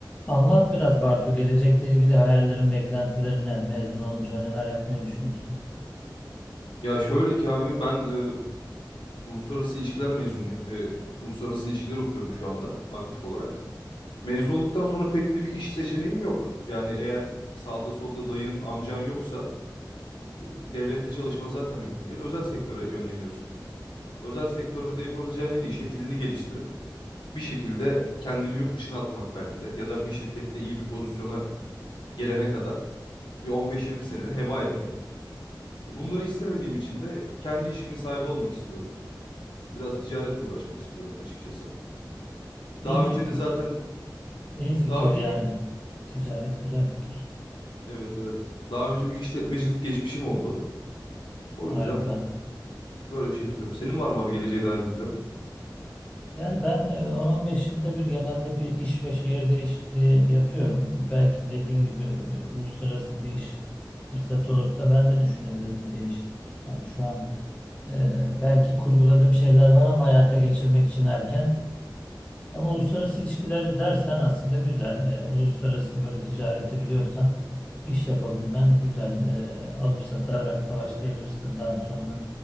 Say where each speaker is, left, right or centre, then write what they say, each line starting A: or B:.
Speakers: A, on the left; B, on the left.
A: Anlat biraz Bartu, gelecekle ilgili hayallerin, beklentilerine, mezun olunca neler yapmayı düşünüyorsun?
B: Ya şöyle ki abi ben e, uluslararası ilişkiler mezunuyum. E, uluslararası ilişkiler okuyorum şu anda aktif olarak. Mezun olduktan sonra pek de bir iş seçeneğim yok. Yani eğer sağda solda dayın, amcan yoksa e, devlette çalışman zaten mümkün değil. Özel sektöre yönleniyorsun. Özel sektörde de yapabileceğin en iyi şey dilini geliştirip bir şekilde kendini yurt dışına atmak belki de ya da bir şirkette iyi bir pozisyona gelene kadar bir 15-20 seneni heba etmek. Bunları istemediğim için de kendi işimin sahibi olmak istiyorum. Biraz ticaretle uğraşmak istiyorum açıkçası.
A: İyi
B: Daha
A: fikir.
B: önce de zaten
A: İyi fikir
B: daha önce
A: yani.
B: bir
A: Ticaret güzel fikir.
B: evet evet. Daha önce bir işletmecilik geçmişim oldu. O
A: Harika.
B: yüzden böyle bir şey istiyorum. Senin var mı abi geleceğe dair bir planın?
A: Yani ben e, 10-15 yılda bir genelde bir iş ve şehir değişikliği yapıyorum. Belki dediğin gibi e, uluslararası bir iş fırsatı olursa ben de düşünebilirim bir değişiklik. Yani şu an e, belki kurguladığım şeyler var ama hayata geçirmek için erken. Ama uluslararası ilişkileri dersen aslında güzel. Ee, uluslararası böyle ticareti biliyorsan iş yapabilmen güzel. Ee, alıp satarak da başlayabilirsin. Daha sonra